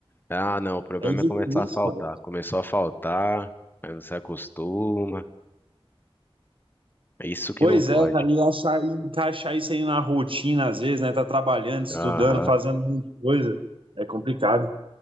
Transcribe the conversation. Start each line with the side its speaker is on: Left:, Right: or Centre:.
Left: Ah, não, o problema
Right: É difícil,
Left: é começar a faltar.
Right: cara.
Left: Começou a faltar, aí você acostuma. É isso que
Right: Pois
Left: não pode.
Right: é, cara. E achar, e encaixar isso aí na rotina, às vezes, né? Tá trabalhando, estudando,
Left: Aham.
Right: fazendo muita coisa. É complicado.